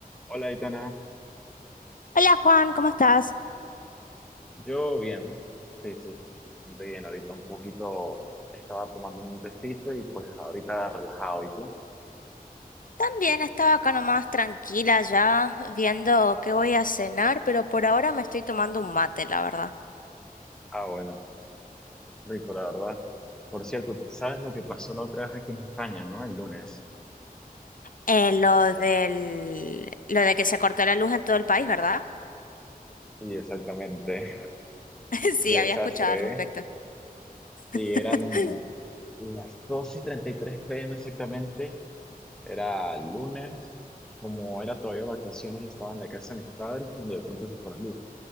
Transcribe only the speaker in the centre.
Hola, Itana.
Yo bien, sí, sí, bastante bien. Ahorita un poquito estaba tomando un tecito y pues ahorita relajado. ¿Y tú?
Ah, bueno, rico, la verdad. Por cierto, ¿sabes lo que pasó la otra vez aquí en España, no? El lunes.
Sí, exactamente.
<laughs>
Desastre, ¿eh? Sí,
eran las 2 y 33 pm exactamente. Era lunes. Como era todavía vacaciones, estaba en la casa de mis padres cuando de pronto se fueron